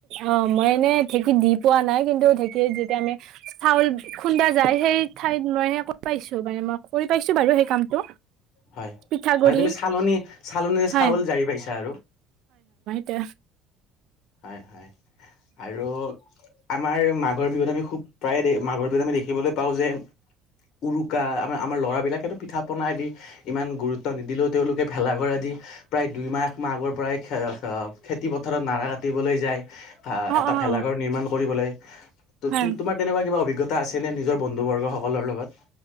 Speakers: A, on the right; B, on the left.
A: অ মই এনে ঢেঁকী দি পোৱা নাই কিন্তু ঢেঁকীত যেতিয়া আমি চাউল খুন্দা যায় সেই ঠাইত মই সে কৰি পাইছো বানে মই কৰি পাইছো বাৰু সেই কামটো।
B: হয়
A: পিঠাগুৰি
B: মানে তুমি চালনী চালনীৰে
A: হয়
B: চাউল জাৰি পাইছা আৰু।
A: তে
B: হয় হয় আৰু আমাৰ মাঘৰ বিহুত আমি খুব প্ৰায়ে দে মাঘৰ বিহুত আমি দেখিবলৈ পাওঁ যে উৰুকা আমাৰ আমাৰ ল'ৰাবিলাকেদি পিঠা পনাই দি ইমান গুৰুত্ব নিদিলেও তেওঁলোকে ভেলাঘৰ আদি টি প্ৰায় দুইমাহ একমাহ আগৰ পৰাই খেৰ খেৰ খেতি পথাৰত নাৰা কাট তিবলে যায় আ
A: অ
B: এটা
A: অ
B: ভেলাঘৰ
A: অ
B: নিৰ্মাণ কৰিবলে তো
A: হয়
B: তোমাৰ তেনেকুৱা কিবা অভিজ্ঞত টা আছিলে নিজৰ বন্ধু বৰ্গসকলৰ লগত